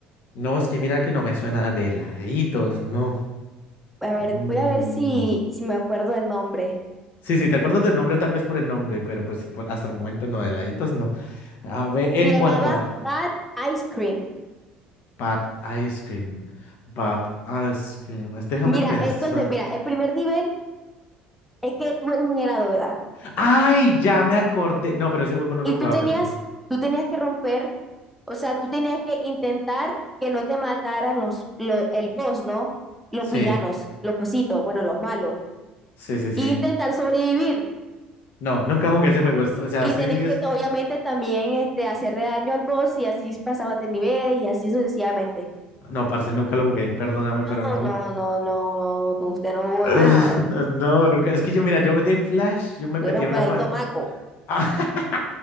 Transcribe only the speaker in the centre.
A ver,
voy a ver si, si me acuerdo el nombre.
Se llamaba
Bad Ice Cream.
Mira,
es donde, mira, el primer nivel es que tú eres un helado, ¿verdad?
Y
tú
tenías,
tú tenías que romper, o sea, tú tenías que intentar que no te mataran los, lo- el boss, ¿no? Los
villanos, los cositos, bueno, los malos.
Y
intentar sobrevivir.
Y
tenías
que, obviamente, también este, hacerle daño al boss y así pasabas de niveles y así sucesivamente.
No,
no,
no, no, no, no, usted no hubo
nada.
No
era un
paradito
maco.